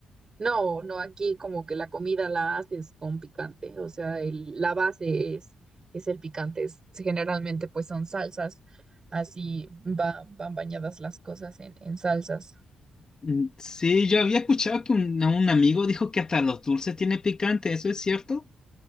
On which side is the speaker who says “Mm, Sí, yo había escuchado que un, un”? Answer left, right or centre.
Left